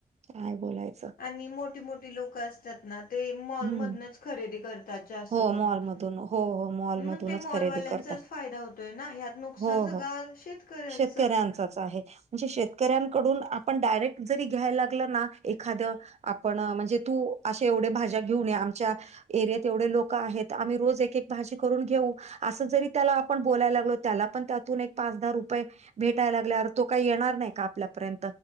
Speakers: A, on the right (about 50°); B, on the left (about 75°).
A: काय बोलायचं
B: आणि मोठी मोठी लोक अस म्हणतात ना ते मॉल
A: हम्म.
B: मधनच खरेदी करतात जास्त
A: हो
B: करून
A: मॉलमधून. हो, हो. मॉलमधूनच
B: मग ते मॉल
A: खरेदी
B: वाल्यांच
A: करतात.
B: त्यांचाच फायदा होतोय ना यात नुकसानच
A: हो,
B: सगळ
A: हो.
B: शेतकऱ्याच
A: शेतकऱ्यांचाच आहे. म्हणजे शेतकऱ्यांकडून आपण डायरेक्ट जरी घ्यायला लागलं ना एखाद आपण म्हणजे तू अशे एवढे भाज्या घेऊन ये आमच्या एरियात एवढे लोक आहेत आम्ही रोज एक एक भाजी करून घेऊ. असं जरी त्याला आपण बोलायला लागलो त्याला पण त्यातून एक पाच दहा रुपये भेटायला लागल्यावर तो काही येणार नाही का आपल्या